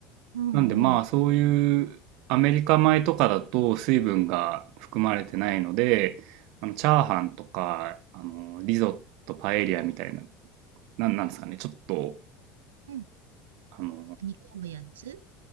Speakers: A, on the right; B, on the right.
A: うん、
B: なんでまあそういうアメリカ米とかだと水分が含まれてないので、
A: うん、
B: あのチャーハンとか、あのリゾット、パエリアみたいな、なん、なんですかね、ちょっと、
A: うん。
B: あの
A: 煮込むやつ。